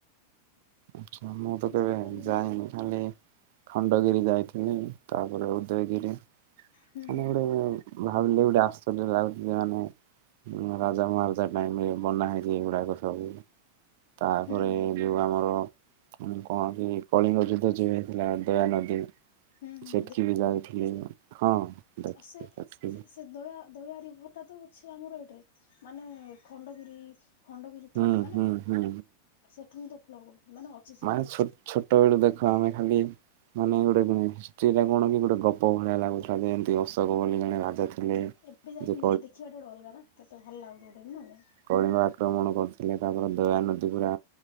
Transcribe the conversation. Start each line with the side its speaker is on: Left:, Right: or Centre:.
Right: ଆଛା ମୁଁ ତ କେବେ
Left: ଯାଇପାରିଲିନି
Right: ଯାଇନି
Left: ଆଉ।
Right: ଖାଲି। ଖଣ୍ଡଗିରି ଯାଇଥିଲି। ତାପରେ ଉଦୟଗିରି
Left: ହୁଁ
Right: ମାନେ
Left: ହୁଁ
Right: ଗୋଟେ ଭାବିଲେ ଗୋଟେ ଆଶ୍ଚର୍ଯ୍ୟ ଲାଗୁଛି ମାନେ ରାଜା ମହାରାଜା ଟାଇମ ରେ ବନା ହେଇଛି ଏଗୁଡାକ ସବୁ। ତାପରେ
Left: ହୁଁ ହୁଁ ହୁଁ।
Right: ଯୋଉଁ ଆମର କୌଣସି କଳିଙ୍ଗ ଯୁଦ୍ଧ ଯେଉ ହେଇଥିଲା ଦୟାନଦୀ
Left: ହୁଁ ହୁଁ
Right: ସେଠିକି ବି ଯାଇଥିଲି। ହଁ ଦେଖିକି
Left: ଆ ସେ
Right: ଆସିଲି
Left: ସେ ସେ ଦୟ ଦୟାରିଭରଟା ତ ଅଛି ଆମର ଏଠି ମାନେ ଖଣ୍ଡଗିରି ଖଣ୍ଡଗିରି
Right: ହୁଁ
Left: ତଳେ ମାନେ
Right: ହୁଁ ହୁଁ
Left: ସେଠୁ ହିଁ ତ ଫ ଲଗଡୁନି ମାନେ ଅଛି ସେଇଠି
Right: ମାନ ଛୋଟବେଳୁ ଦେଖ ଆମେ ଖାଲି। ମାନେ ଗୋଟେ ହିଷ୍ଟିଟା କଣ କି ଗୋଟେ ଗପ ଭଳିଆ ଲାଗୁଥିଲା ଯେମତି ଅଶୋକ ବୋଲି ଜଣେ ରାଜା ଥିଲା।
Left: ଏବେ ଯାଇକି
Right: <unintelligible>
Left: ନିଜେ ଦେଖିବାଟା ଗୋଟେ ଅଲଗା ନା କେତେ ଭଲ ଲାଗୁଛି ଗୋଟେ ନା ନାଇଁ।
Right: କଳିଙ୍ଗ ଆକ୍ରମଣ କରିୁଥିଲେ ତାପରେ ଦୟା ନଦୀ ପୁରା